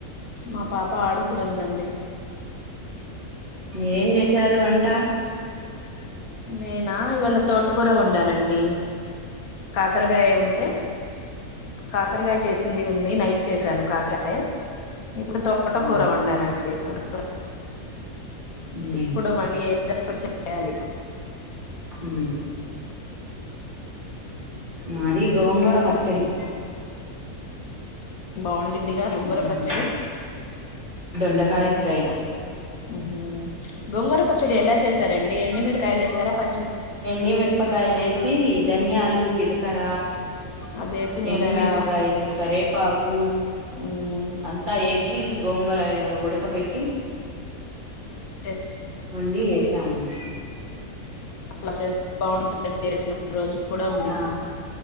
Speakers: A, on the left; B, on the right.
A: మా పాప ఆడుకుంటుందండి
B: మీరేం చేశారు వంట
A: నేనా ఇవాళ తోటకూర వండానండి కాకరగాయ ఉంటే కాకరగాయ చే ది ఉంది నైట్ చేశాను కాకరకాయే ఇప్పుడు తోటకూర
B: ఉమ్
A: వండానండి తోటకూర
B: ఉమ్
A: ఇప్పుడు మళ్ళీ ఏదో ఒకటి చెయ్యాలి
B: ఉమ్ మా ది గోంగూర పచ్చడి
A: బాగుండిద్దిగా గోంగూర
B: ఉమ్
A: పచ్చడి
B: దొండకాయ ఫ్రై
A: ఉహు గోంగూర పచ్చడి ఎలా చేసారండి ఎండి మీరకాయలు వేసారా ప
B: ఎండి మిరపకాయలు వేసి ధనియాలు, జీలకర్ర
A: అది వేసి నూరారా
B: ఎండిమిరపకాయలు, కరేపాకు
A: ఉమ్.
B: అంతా ఏ ప్పి గోంగూర ఉడకబెట్టి
A: చే-
B: వండి ఏసామండి
A: అ చేస్త బాగు రడు రోజులు కూడా ఉంది
B: ఆ